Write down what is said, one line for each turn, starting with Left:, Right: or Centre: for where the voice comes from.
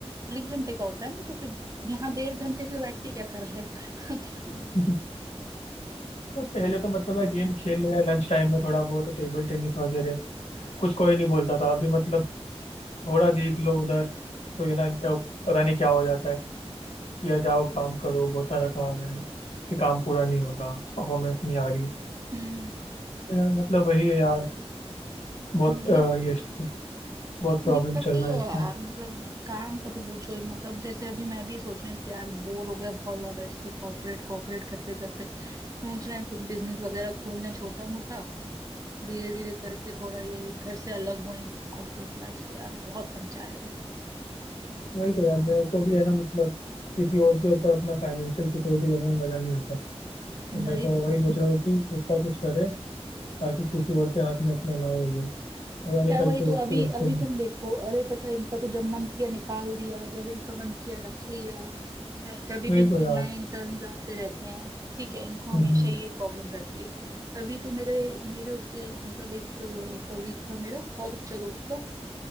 Right: एक घंटे का होता है ना तो फिर यहाँ डेढ़ घंटे से बैठ के क्या कर रहे हो <laughs> क्या
Left: <laughs> तो पहले तो मतलब यार गेम खेल लो या लंच टाइम में थोड़ा बहुत टेबल टेनिस वगैरह कुछ कोई नहीं बोलता था अभी मतलब थोड़ा देख लो उधर तो ये ना इनका पता नहीं क्या हो जाता है किया जाओ काम करो बहुत सारा काम है कि काम पूरा नहीं हो रहा परफॉर्मेंस नहीं आ रही
Right: हम्म
Left: तो यार मतलब वही है यार बहुत
Right: वही
Left: अ, ये stress- बहुत प्रॉब्लम
Right: दिक्कत
Left: चल
Right: ये
Left: रहा है
Right: है
Left: इसमें
Right: यार मतलब काम का तो पूछो ही मतलब जैसे अभी मैं भी सोच रही हूँ कि यार बोर हो गया बहुत ज्यादा इससे कॉर्पोरेट कॉर्पोरेट करते करते सोच रहे हैं कुछ बिजनेस वगैरह खोलना छोटा मोटा धीरे धीरे करके थोड़ा ये इधर से अलग हुए कॉर्पोरेट लाइफ से यार बहुत पंचायत है
Left: वही तो यार मेरे को भी है ना मतलब किसी और के ऊपर अपना फाइनेंशियल सिक्योरिटी देने में मजा नहीं आता तो मेरे
Right: वही
Left: को
Right: तो
Left: वही सोच रहा हूँ कि खुद का कुछ करे ताकि किसी और के हाथ में अपना ना हो ये पता नहीं
Right: यार
Left: कल
Right: वही
Left: को
Right: तो
Left: उठ
Right: अभी
Left: के उसको
Right: अभी तुम देखो अरे पता है इनका तो जब मन किया निकाल दिया जब इनका मन किया रख लिया है, कभी
Left: वही
Right: भी इनके
Left: तो यार
Right: नए इंटर्न्स आते रहते हैं ठीक है इनको हमेशा
Left: हम्म
Right: ये प्रॉब्लम रहती है अभी तो मेरे मेरे उसके मतलब एक कॉलीग था मेरा बहुत अच्छा दोस्त था